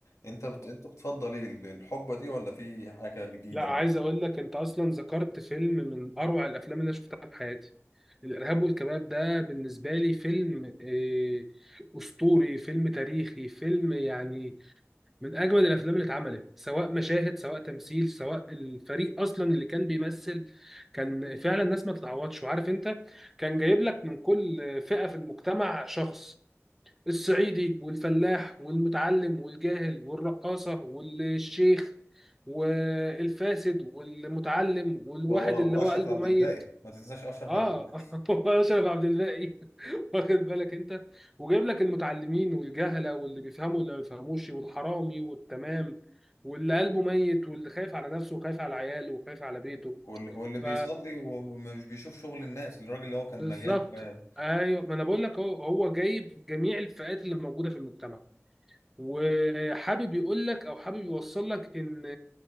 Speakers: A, on the left; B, in the centre.
A: انت بت... انت بتفضل ايه ال- الحقبه دي ولا في حاجه جديده
B: لا عايز
A: مثلا
B: اقول لك انت اصلا ذكرت فيلم من اروع الافلام اللي انا شفتها في حياتي الارهاب والكباب ده بالنسبه لي فيلم إيه، اسطوري فيلم تاريخي فيلم يعني من اجمل الافلام اللي اتعملت سواء مشاهد سواء تمثيل سواء الفريق اصلا اللي كان بيمثل كان فعلا ناس ما تتعوضش وعارف انت كان جايب لك من كل فئه في المجتمع شخص الصعيدي والفلاح والمتعلم والجاهل والرقاصة والشيخ والفاسد والمتعلم والواحد
A: واو واو
B: اللي
A: واشرف
B: هو قلبه
A: عبد
B: ميت
A: الباقي ما تنساش اشرف
B: اه
A: عبد الباقي
B: <laughs> هو اشرف عبد الباقي <laughs> واخد بالك انت وجايب لك المتعلمين والجهله واللي بيفهموا واللي ما بيفهموش والحرامي والتمام واللي قلبه ميت واللي خايف على نفسه وخايف على عياله وخايف على بيته
A: واللي, واللي بيصلي
B: ف
A: ومش بيشوف شغل الناس الراجل اللي هو كان
B: بالظبط
A: مليان كبايه ده
B: ايوه ما انا بقول لك هو هو جايب جميع الفئات اللي موجوده في المجتمع وحابب يقول لك او حابب يوصل لك ان